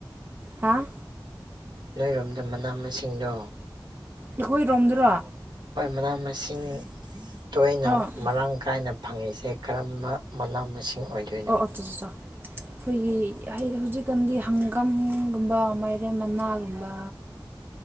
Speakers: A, on the right; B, on the right.
A: ꯍꯥꯥ
B: ꯅꯣꯏꯔꯣꯝꯗ ꯃꯅꯥ ꯃꯁꯤꯡꯗꯣ
A: ꯑꯩꯈꯣꯏꯔꯣꯝꯗ꯭ꯔꯣ
B: ꯍꯣꯏ ꯃꯅꯥ ꯃꯁꯤꯡ ꯇꯣꯏꯅ
A: ꯑꯣ
B: ꯃꯔꯥꯡ ꯀꯥꯏꯅ ꯐꯪꯉꯤꯁꯦ ꯀꯔꯝꯕ ꯃꯅꯥ ꯃꯁꯤꯡ ꯑꯣꯏꯗ
A: ꯑꯣ ꯑꯠꯆ ꯆ ꯑꯩꯈꯣꯏꯒꯤ ꯍꯧꯖꯤꯛꯀꯥꯟꯗꯤ ꯍꯪꯒꯝꯒꯨꯝꯕ ꯃꯥꯏꯔꯦꯝ ꯃꯅꯥꯒꯨꯝꯕ